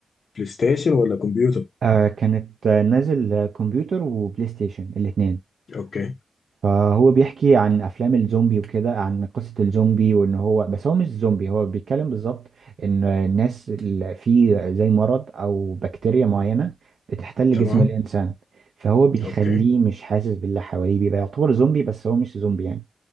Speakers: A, on the left (about 60°); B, on the right (about 75°).
A: بلاي ستيشن ولا كمبيوتر
B: آه كانت آه، نازل آه، كمبيوتر وبلاي ستيشن الاثنين
A: اوكي
B: فهو بيحكي عن افلام الزومبي وكده عن قصة الزومبي وان هو بس هو مش زومبي هو بيتكلم بالظبط ان الناس اللي في زي مرض او بكتيريا معينة بتحتل
A: تمام
B: جسم الانسان فهو بيخليه
A: اوكي
B: مش حاسس باللي حواليه بيبقى يعتبر زومبي بس هو مش زومبي يعني